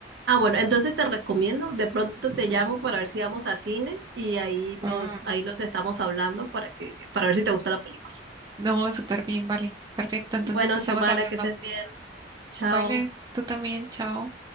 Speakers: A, on the right (about 70°); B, on the right (about 20°).
A: Ah, bueno, entonces te recomiendo, de pronto te llamo para ver si vamos a cine y ahí
B: Mm,
A: nos, ahí nos estamos hablando para que, para ver si te gusta la película.
B: no, súper bien, vale. Perfecto, entonces
A: Bueno,
B: estamos
A: Xiomara,
B: hablando.
A: que estés bien. Chao.
B: Vale, tú también, chao.